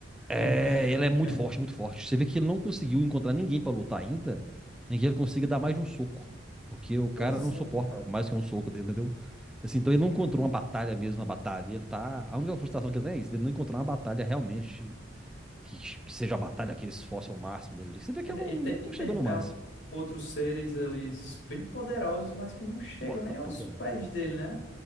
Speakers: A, in the centre; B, on the left (about 65°).
A: É,
B: <laughs>
A: ele é muito forte, muito forte. Você vê que ele não conseguiu encontrar ninguém pra lutar ainda em que ele consiga dar mais de um soco. Porque o cara
B: Pois
A: não suporta
B: é, cara.
A: mais que um soco dele, entendeu? Assim, então ele não encontrou uma batalha mesmo, uma batalha. Ele tá. A única frustração que ele tem é isso, ele não encontrou uma batalha realmente que, que seja a batalha que ele se esforce ao máximo dele. Você vê
B: Pois
A: que ele
B: é,
A: não,
B: e tem,
A: nunca
B: e tem
A: chegou no máximo.
B: ah, outros seres ali bem poderosos, mas que não chegam
A: Bota
B: nem aos
A: poderosa.
B: pés dele, né?